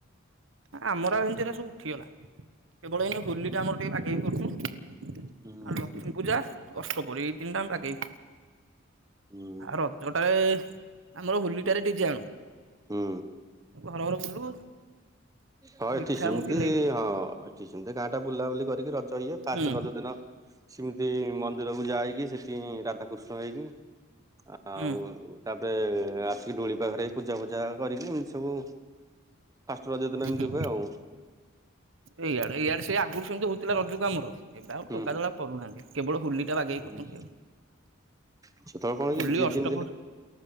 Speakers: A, on the right; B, on the right.
A: ଆମର ଏମତିରା ସବୁ ଉଠିଗଲା କେବଳ ଏଇ ହୋଲି ଟା ଆମର ଟିକେ ବାଗେଇ କରୁଚୁ।
B: ହୁଁ
A: ଆଉ ଲକ୍ଷ୍ମୀ ପୂଜା ଅଷ୍ଟପରୀ ଏଇ ତିନିଟା ବାଗେଇ
B: ହୁଁ
A: ଆର। ଜୋଟାରେ ଆମର ହୋଲିଟାରେ ଡିଜେ ଆଣୁ
B: ହୁଁ।
A: ଘର ଘର ବୁଲୁ।
B: ହଁ
A: ମିଠା
B: ଏଠି ସିମିତି
A: ମୁଠି ନେଇ
B: ହଁ ଏଠି ସେମିତି ଗାଁ ଟା ବୁଲାବୁଲି କରିକି ରଜ ଇଏ। କାଷ୍ଟ
A: ହୁଁ
B: ରଜ ଦିନ ସେମିତି ମନ୍ଦିରକୁ ଯାଇକି ସେଠି ରାଧାକୃଷ୍ଣ ହେଇକି ଆଉ
A: ହୁଁ
B: ତାଧେ ଆସିକି ଡୋଳି ପାଖରେ ପୂଜା ଫୂଜା କରିକି ଏମିତି ସବୁ ଫାଷ୍ଟ ରଜ ଦିନ
A: ହୁଁ
B: ଏମିତି
A: ହୁଁ
B: ହୁଏ ଆଉ।
A: ଏଇଆଡେ ଇଆଡେ ସେ ଆଗରୁ ସେମତି ହଉଥିଲା ରଜ କୁ ଆମର ଏବେ ଆଉ
B: ହୁଁ
A: ଟୋକା ଦୋଳ କରୁନାହାନ୍ତି କେବଳ ହୁଲି ଟା ବାଗେଇ କଚନ୍ତି
B: ହୁଁ।
A: ଆଉ।
B: <unintelligible> କଣ
A: ହୋଲି
B: କି ଯେଏ
A: ଅଷ୍ଟପହରି
B: ଯେମିତି ଏନେ